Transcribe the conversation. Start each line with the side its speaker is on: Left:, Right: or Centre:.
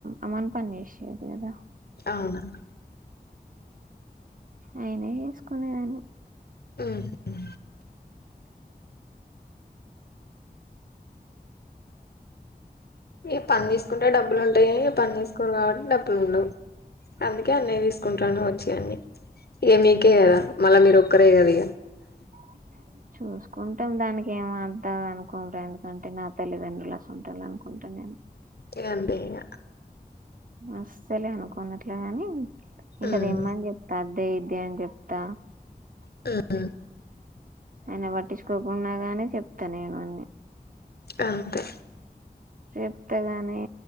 Right: అమాను పని జేసాడు కద
Left: అవునా
Right: అయినా చేసుకునేదాన్ని
Left: మ్ హు ఏ పని చేసుకుంటే డబ్బులు ఉంటాయి గాని పన్ జేసుకోరు కాబట్టి డబ్బులు ఉండవు అందుకే అన్నయ్య తీసుకుంటాను వచ్చి అన్ని ఎ మీకే కదా మళ్ళ మీరు ఒక్కరే కద ఇగ
Right: <inaudible> చూసుకుంటాం దానికి ఏం అద్దా అనుకుంటా ఎందుకంటే నా తల్లిదండ్రుల వసుంటోళ్ళే అనుకుంటా నేను
Left: ఇగ అంతే ఇగ
Right: అస్సలే అనుకోను అట్లగాని ఇంక
Left: ఉమ్
Right: అది ఇమ్మని చెప్తా దే ఇది అని జేప్తా
Left: మ్
Right: ఆయన పట్టించుకోకుండా గానీ చెప్తా నేను అన్ని
Left: అంతే
Right: చెప్త గాని